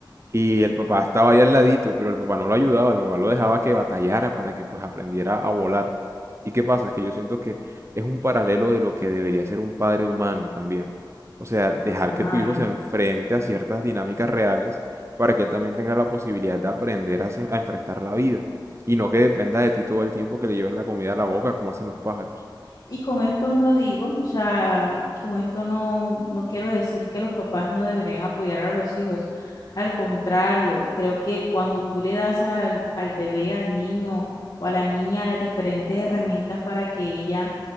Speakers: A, on the right; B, on the left.
A: Y el papá estaba ahí al ladito, pero el papá no lo ayudaba, el papá lo dejaba que batallara para que pues aprendiera a volar. ¿Y qué pasa? Que yo siento que es un paralelo de lo que debería ser un padre humano también. O sea, dejar
B: Total.
A: que tu hijo se enfrente a ciertas dinámicas reales para que él también tenga la posibilidad de aprender a, se- a enfrentar la vida. Y no que dependa de ti todo el tiempo que le lleves la comida a la boca, como hacen los pájaros.
B: Y con esto no digo, o sea, con esto no, no quiero decir que los papás no deberían apoyar a los hijos. Al contrario, creo que cuando tú le das al, al bebé, al niño o a la niña las diferentes herramientas para que ella